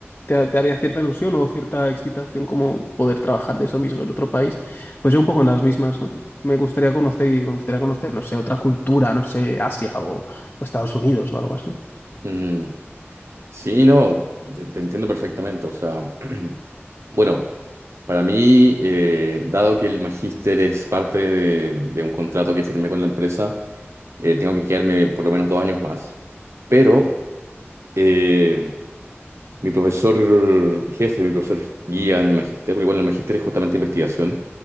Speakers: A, on the left; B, on the right.
A: te, te haría cierta ilusión o cierta excitación como poder trabajar de eso mismo en otro país. Pues yo un poco en las mismas, ¿no? Me gustaría conocer y me gustaría conocer, no sé, otra cultura, no sé, Asia o, o Estados Unidos o algo así.
B: Mm, sí, no, te, te entiendo perfectamente. O sea, <clears throat> bueno, para mí, eh, dado que el magíster es parte de, de un contrato que firmé con la empresa, Eh, tengo que quedarme por lo menos dos años más. Pero eh, mi profesor jefe, mi profesor guía en el magíster, porque bueno, el magíster es justamente investigación,